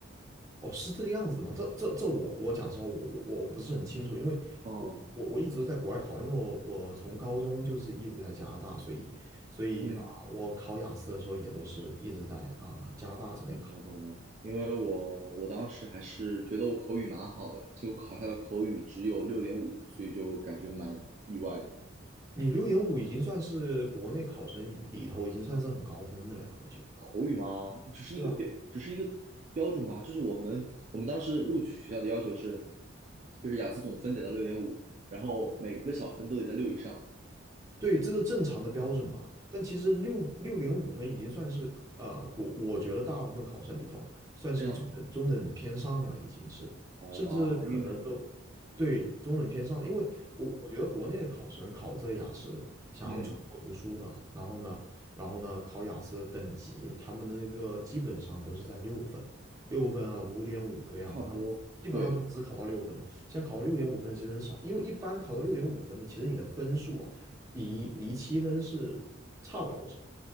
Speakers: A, on the right; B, on the right.
A: 哦是这个样子的吗？这这这我我讲实话我我我不是很清楚，因为我我我一直都在国外考，
B: 哦，
A: 因为我我从高中就是一直在加拿大，所以所以啊、
B: 嗯，
A: 我考雅思的时候也都是一直在啊、加拿大这边考，
B: 懂了懂了。因为我我当时还是觉得我口语蛮好的，结果考下的口语只有六点五，所以就感觉蛮意外的。
A: 你六点五已经算是国内考生里头已经算是很高分的了呀，我觉得。
B: 口语嘛，只是一个标，
A: 对啊，
B: 只是一个标准吧。就是我们我们当时录取学校的要求是，就是雅思总分得到六点五，然后每个小分都得在六以上。
A: 对，这个正常的标准嘛。但其实六六点五分已经算是呃，我我觉得大部分考生里头算是中等中等偏上了，
B: 这样子。
A: 已经是，
B: 好吧，
A: 甚至可能都
B: 因为
A: 对中等偏上了因为我我觉得国内的考生考这个雅思，想要出国读书的，
B: 嗯
A: 然后呢，然后呢考雅思等级，他们的那个基本上都是在六分、六分啊、五点五这个样子，
B: 嗯，差不多，
A: 他们基本上都只考到六分了。
B: 对
A: 像考到六点五分的其实很少，因为一般考到六点五分的，其实你的分数啊。离离七分是差不了多少。